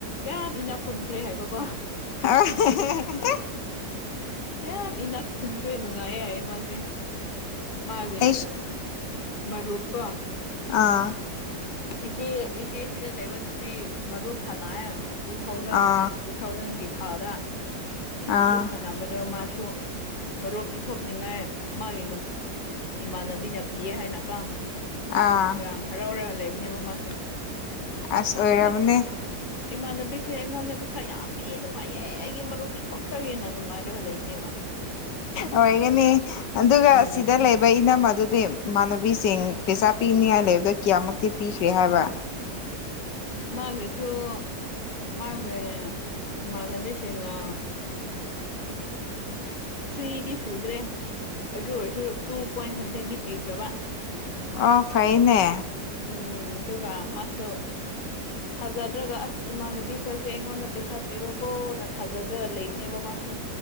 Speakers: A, on the left; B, on the left.
A: ꯌꯥꯝ ꯏꯅ ꯈꯨꯟꯈ꯭ꯔꯦ ꯍꯥꯏꯕꯀꯣ
B: <unintelligible>
A: ꯌꯥꯝ ꯏꯅꯥꯛ ꯈꯨꯟꯈ꯭ꯔꯦ ꯅꯨꯡꯉꯥꯏꯌꯦ ꯍꯥꯏꯌꯦ ꯃꯥꯁꯦ ꯃꯥꯒꯤ
B: ꯑꯩꯁ
A: ꯃꯨ ꯀ
B: ꯑꯥ
A: ꯏꯆꯦ ꯏꯆꯦꯁꯤꯗ ꯂꯩꯕ ꯅꯨꯄꯤ ꯃꯔꯨꯞ ꯁꯥꯟꯅꯥꯌꯦ ꯇꯨ ꯊꯥꯎꯖꯟ
B: ꯑꯥ
A: ꯇꯨ ꯊꯥꯎꯖꯟꯒꯤ ꯊꯥꯗ
B: ꯑꯥ
A: ꯑꯗꯨ ꯁꯟꯅꯕꯗꯣ ꯃꯥꯁꯨ ꯃꯔꯨꯞ ꯄꯤꯊꯣꯛꯅꯤꯡꯉꯥꯏ ꯃꯥꯒꯤ ꯏꯃꯥꯟꯅꯕꯤꯅ ꯄꯤꯌꯦ ꯍꯥꯏꯅꯀꯣ
B: ꯑꯥ
A: ꯌꯥꯝ ꯍꯔꯥꯎꯔ ꯂꯩꯕꯅꯦꯕ ꯃꯥꯁꯨ
B: ꯑꯁ ꯑꯣꯏꯔꯝꯅꯤ
A: ꯑꯁ ꯏꯃꯥꯟꯅꯕꯤꯁꯦ ꯑꯩꯉꯣꯟꯗ ꯄꯩꯁꯥ ꯌꯥꯝ ꯄꯤꯌꯦ ꯅꯨꯡꯉꯥꯏꯌꯦ ꯑꯩꯒꯤ ꯃꯔꯨꯞ ꯄꯤꯊꯣꯛꯈ꯭ꯔꯒꯦꯅ ꯅꯨꯡꯉꯥꯏꯔꯒ ꯂꯩꯕꯅꯦꯕ <inaudible>
B: ꯑꯣꯏꯒꯅꯤ ꯑꯗꯨꯒ
A: ꯎꯝ
B: ꯁꯤꯗ ꯂꯩ ꯕꯩ ꯏꯅꯝꯃꯗꯨꯗꯤ ꯏꯃꯥꯟꯅꯕꯤꯁꯤꯡ ꯄꯩꯁꯥ ꯄꯤꯅꯤꯉꯥꯏ ꯂꯩꯕꯗꯣ ꯀꯌꯥꯃꯨꯛꯇꯤ ꯄꯤꯈ꯭ꯔꯦ ꯍꯥꯏꯕ
A: ꯃꯥꯒꯁꯨ ꯃꯥꯒ ꯑꯃꯅ ꯄꯁꯒ ꯊ꯭ꯔꯤꯗꯤ ꯁꯨꯗ꯭ꯔꯦ ꯑꯗꯨ ꯑꯣꯏꯔꯁꯨ ꯇꯨ ꯄꯣꯏꯟ ꯁꯝꯊꯤꯡꯗꯤ ꯄꯤꯈ꯭ꯔꯕ
B: ꯑꯣ ꯐꯥꯏꯅꯦ
A: ꯎꯝ ꯑꯗꯨꯒ ꯃꯥꯁꯨ ꯊꯥꯖꯗ꯭ꯔꯒ ꯑꯁ ꯏꯃꯥꯟꯅꯕꯤ ꯈꯣꯏꯁꯦ ꯑꯩꯉꯣꯟꯗ ꯄꯩꯁꯥ ꯄꯤꯔꯣꯏꯀꯣꯅ ꯊꯥꯖꯗ꯭ꯔꯒ ꯂꯩꯕꯅꯦꯕ ꯃꯥꯁꯨ